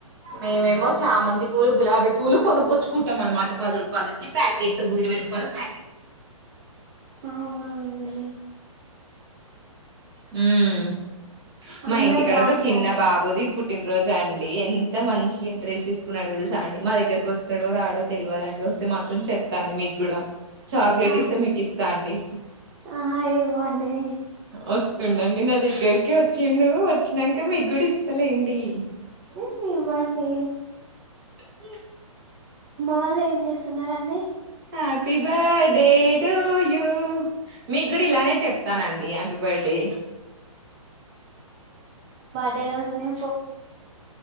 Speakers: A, on the right; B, on the right.
A: మేమేమో చా మంది పూలు గులాబీ పూలునుక్కొచ్చుకుంటాం అనమాట పది రూపాయలకి ప్యాకెట్ ఇరై రూపాయల ప్యాకెట్
B: ఆ అవునా అండి
A: హమ్
B: అందరు
A: మా ఇంటికాడ
B: బాగున్నారు
A: ఒక చిన్న బాబుది పుట్టినరోజు అండి ఎంత మంచిగా డ్రెస్ వేసుకున్నాడు తెలుసా అండి మా దగ్గరకి వస్తాడో రాడో తెలియదండి వస్తే మాత్రం చెప్తాండి మీకు కూడా చాక్లెట్
B: ఆ
A: ఇస్తే మీకు ఇస్తా అండి
B: ఆ ఇవ్వండి
A: వస్తుండు అండి గ వచ్చిండు వచ్చినాక మీ గుడిస్తలేండి
B: ఏవ్వండి
A: <inaudible>
B: వాళ్ళు ఏం చేస్తున్నారండి
A: హ్యాపీ బర్త్డే టు యూ మీ కూడా ఇలానే చెప్తానండి హ్యాపీ బర్త్డే
B: డే రోజ ను